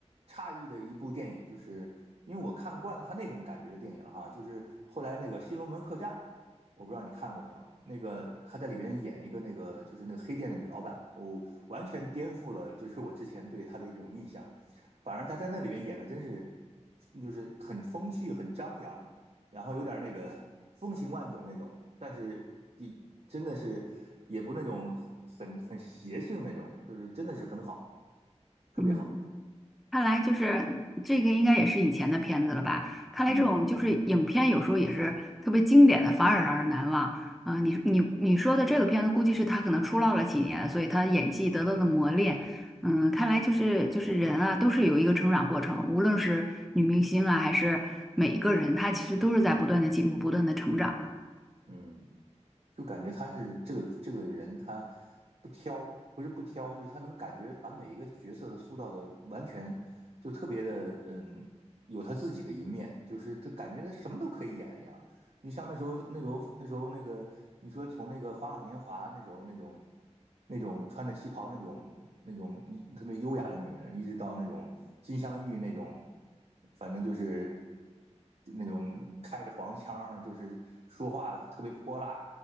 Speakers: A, on the right (about 65°); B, in the centre.
A: 诧异的一部电影，就是因为我看惯了她那种感觉的电影哈，就是后来那个《新龙门客栈》，我不知道你看过没有？那个她在里边演一个那个就是那个黑店的女老板，我完全颠覆了就是我之前对她的一种印象。反而他在那里面演的真是，就是很风趣、很张扬，然后有点那个风情万种那种，但是你真的是也不那种很很邪性那种，就是真的是很好，特别好。
B: 嗯看来就是这个应该也是以前的片子了吧？看来这种就是影片有时候也是特别经典的，
A: 嗯
B: 反而让人难忘。啊、你你你说的这个片子，估计是他可能出道了几年，所以他演技得到了磨练。嗯，看来就是就是人啊，都是有一个成长过程，无论是女明星啊，还是每一个人，他其实都是在不断的进步，不断的成长。
A: 嗯，就感觉他是这个这个人，他不挑，不是不挑，就是他能感觉把每一个角色的塑造的完全就特别的，嗯，有他自己的一面，就是他感觉他什么都可以演一样。就像那时候那时候那时候那个，你说从那个《花样年华》那时候那种那种穿着旗袍那种那种特别优雅的女人，一直到那种金镶玉那种，反正就是那种开着黄腔儿就是说话特别泼辣，